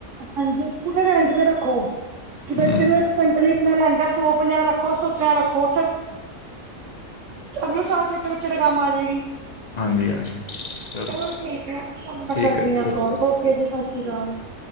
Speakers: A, on the right (about 60°); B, on the left (about 55°).
A: ਹਾਂਜੀ, ਸਕੂਲ ਰੈਂਟ ਤੇ ਰੱਖੋ ਕਿ ਬੱਚੇ
B: ਹਮ
A: ਨੂੰ ਇਕ ਸਿਰਫ ਨਾ ਰੱਖੋ ਸੋ ਪੰਜਾਂ ਰੱਖੋ ਸੁੱਚਾ ਰੱਖੋ <unintelligible> <unintelligible> ਅਗਲੇ ਸਾਲ ਛੋਟੇ ਬੱਚੇ ਦੇ ਕੰਮ ਆ ਜਾਏਗੀ।
B: ਹਾਂਜੀ ਹਾਂਜੀ ਚਲ
A: ਚਲੋ ਠੀਕ ਹੈ, ਤੁਹਾਨੂੰ ਮੈਂ
B: ਠੀਕ
A: ਕਰਦੀ
B: ਹੈ ਜੀ
A: ਆ।
B: ਸ
A: ਓਕੇ ਜੀ, ਸਤਿ ਸ਼੍ਰੀ ਅਕਾਲ।